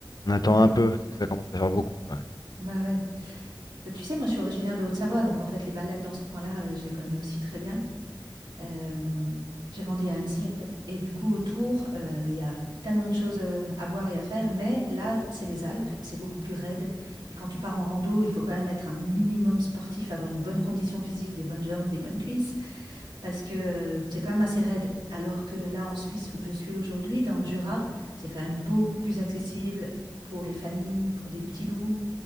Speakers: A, on the left (about 55°); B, on the right (about 75°).
A: on attend
B: ouais,
A: un peu, parce que ça commence à faire beaucoup quand même.
B: bah ouais. Euh, Tu sais, moi, je suis originaire de Haute-Savoie, donc en fait, les balades dans ce coin-là, euh, je les connais aussi très bien. Euh, j'ai grandi à Annecy, en fait. Et du coup, autour, euh, il y a tellement de choses euh, à voir et à faire, mais là, c'est les Alpes, c'est beaucoup plus raide. Et quand tu pars en rando, il faut quand même être un minimum sportif, avoir une bonne condition physique, des bonnes jambes, des bonnes cuisses, parce que euh, c'est quand même assez raide. Alors que là, en Suisse, où je suis aujourd'hui, dans le Jura, c'est quand même beaucoup plus accessible pour les familles, pour des petits loups.